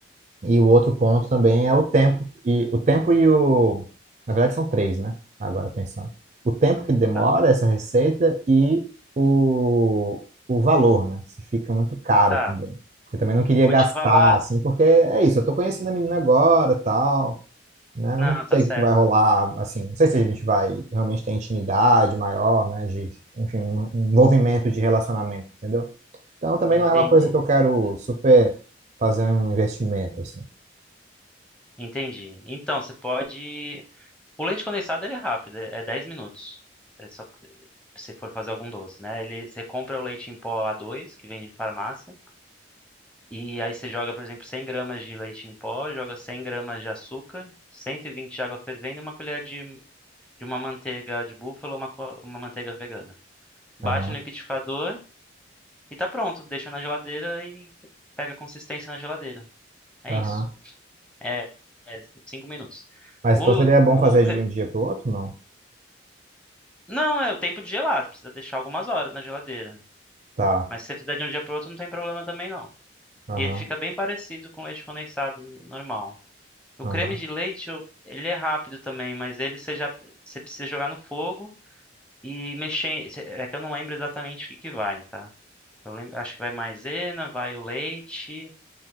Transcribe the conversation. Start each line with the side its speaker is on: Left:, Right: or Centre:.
Right: E o outro ponto também é o tempo. E o tempo e o. Na verdade, são três, né? Agora pensando. O tempo que demora
Centre: tá.
Right: essa receita e o, o valor, né? Se fica muito caro
Centre: Tá,
Right: também. Eu também não queria
Centre: vou
Right: gastar,
Centre: te falar.
Right: assim, porque é isso, eu tô conhecendo a menina agora, tal, né?
Centre: Não,
Right: Eu não
Centre: tá
Right: sei
Centre: certo.
Right: o que vai rolar, assim, não sei se a gente vai realmente ter intimidade maior, né? De, enfim, um um envolvimento de relacionamento, entendeu? Então também
Centre: Entendi,
Right: não é uma coisa que eu quero super fazer um investimento, assim.
Centre: entendi. Então, você pode. O leite condensado ele é rápido, é é 10 minutos. É só que se você for fazer algum doce, né? Ele, você compra o leite em pó a dois, que vem em farmácia, e aí você joga, por exemplo, 100 gramas de leite em pó, joga 100 gramas de açúcar, 120 de água fervendo e uma colher de, de uma manteiga de búfalo ou uma, co- uma manteiga vegana. Bate
Right: Aham,
Centre: no liquidificador e tá pronto. Deixa na geladeira e pega consistência na geladeira. É
Right: aham.
Centre: isso. É, é cinco minutos.
Right: Mas
Centre: O,
Right: então seria bom
Centre: o,
Right: fazer
Centre: ca-
Right: de um dia para o outro, não?
Centre: não, é o tempo de gelar. Você precisa deixar algumas horas na geladeira.
Right: Tá.
Centre: Mas se você fizer de um dia para outro, não tem problema também, não.
Right: Aham,
Centre: E ele fica bem parecido com leite condensado normal. O
Right: aham,
Centre: creme de leite, eu- ele é rápido também, mas ele você já você precisa jogar no fogo e mexer. É que eu não lembro exatamente o que que vai, tá? Eu lembro, acho que vai maisena, vai o leite.